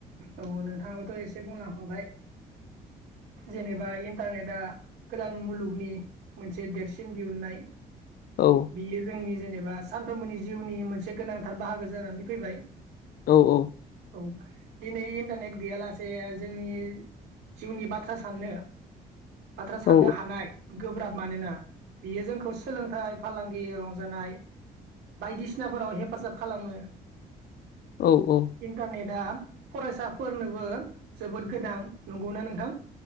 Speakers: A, on the right; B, on the left.
A: औ नोंथाङाबोथ' एसे बुंलांखाबाय जेनेबा इन्टारनेटआ गोदान मुलुगनि मोनसे देरसिन दिहुननाय
B: औ
A: बियो जोंनि जेनेबा सानफ्रोमबोनि जिउनि मोनसे गोनांथार बाहागो जानानै फैबाय
B: औ औ
A: औ दिनै इन्टारनेट गैयालासे जोंनि जिउनि बाथ्रा साननो बाथ्रा साननो
B: औ
A: हानाय गोब्राब मानोना बियो जोंखौ सोलोंथाइ फालांगि रंजानाय बायदिसिनाफोराव हेफाजाब खालामो
B: औ औ।
A: इन्टारनेटआ फरायसाफोरनोबो जोबोद गोनां नंगौना नोंथां